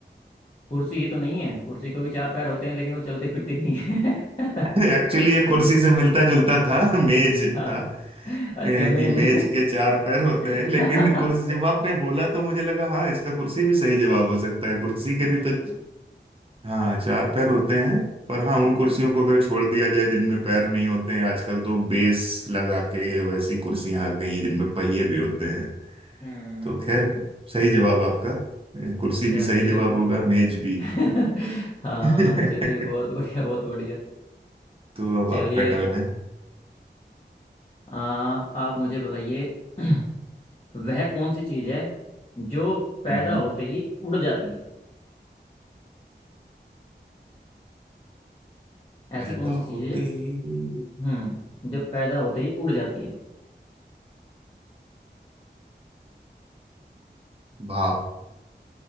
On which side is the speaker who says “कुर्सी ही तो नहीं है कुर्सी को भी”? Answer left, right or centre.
Left